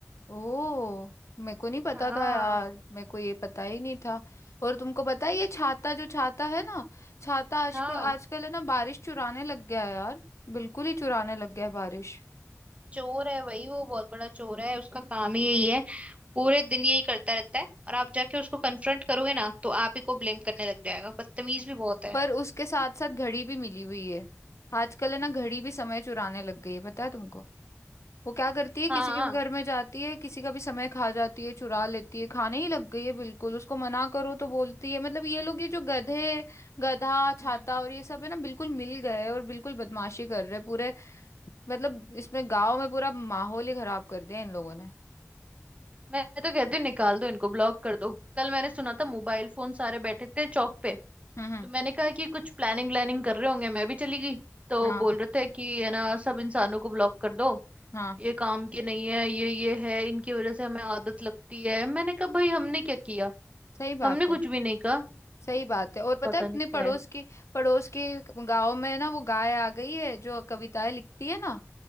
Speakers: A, on the left; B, on the right.
A: ओ मेरे को नहीं पता
B: हाँ
A: था यार मेरे को ये पता ही नहीं था और तुमको पता है ये छाता जो छाता है ना छाता आजकल
B: हाँ
A: आजकल है ना बारिश चुराने लग गया है यार बिल्कुल ही चुराने लग गया है बारिश
B: चोर है भाई वो बहुत बड़ा चोर है उसका काम ही यही है पूरे दिन यही करता रहता है और आप जाके उसको कन्फ्रंट करोगे ना तो आप ही को ब्लेम करने लग जाएगा बदतमीज भी बहुत है
A: पर उसके साथ साथ घड़ी भी मिली हुई है आजकल है ना घड़ी भी समय चुराने लग गई है पता है तुमको वो क्या करती है
B: हाँ
A: किसी के घर में जाती है किसी का भी समय खा जाती है चुरा लेती है खाने ही लग गई है बिल्कुल उसको मना करो तो बोलती है मतलब ये लोग ये जो गधे गधा छाता
B: हम्म
A: और ये सब है ना बिल्कुल मिल गए और बिल्कुल बदमाशी कर रहे हैं पूरे मतलब इसमें गांव में पूरा माहौल ही खराब कर दिया इन लोगों ने
B: मैं तो कहती हूँ निकाल दो इनको ब्लॉक कर दो कल मैंने सुना था मोबाइल फोन सारे बैठे थे चौक पे
A: हम्म हम्म,
B: तो मैंने कहा कि कुछ प्लानिंग व्लानिंग कर रहे होंगे मैं भी चली गई तो
A: हाँ
B: बोल रहे थे कि है ना सब इंसानों को ब्लॉक कर दो
A: हाँ
B: ये काम के नहीं है ये ये है इनकी वजह से हमें आदत लगती है मैंने कहा भाई हमने क्या किया
A: सही बात
B: हमने कुछ
A: है
B: भी नहीं कहा
A: सही बात है और पता
B: पता
A: है अपने
B: नहीं
A: पड़ोस
B: क्या है
A: के पड़ोस के गांव में ना वो गाय आ गई है जो कविताएं लिखती है ना